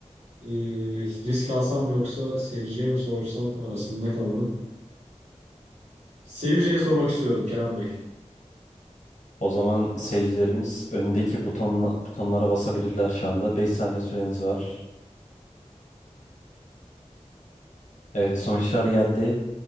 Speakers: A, on the right (about 60°); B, on the left (about 85°).
A: e, risk alsam mı yoksa seyirciye mi sorsam arasında kaldım. Seyirciye sormak istiyorum Kerem Bey.
B: O zaman seyircilerimiz önündeki butonla, butonlara basabilirler şu anda. 5 saniye süreniz var. Evet sonuçlar geldi.